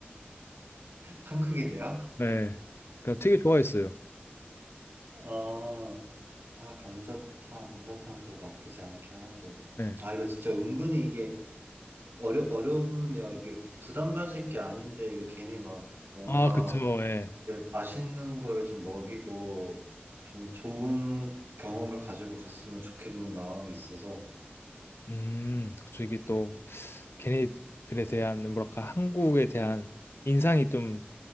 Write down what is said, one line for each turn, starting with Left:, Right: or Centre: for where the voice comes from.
Right: 한국인데요?
Left: 네. 그냥 되게 좋아했어요.
Right: 아, 아, 감자탕, 감자탕도 나쁘지 않긴 한데.
Left: 네.
Right: 아, 이거 진짜 은근히 이게 어려, 어렵네요. 이게 부담 가질 게 아닌데, 이거 괜히 막 뭔가
Left: 아, 그쵸. 예.
Right: 예, 맛있는 거를 좀 먹이고, 좀 좋은 경험을 가지고 갔으면 좋겠는 마음이 있어서.
Left: 음, 그쵸. 이게 또 걔네들에 대한 뭐랄까 한국에 대한 인상이 좀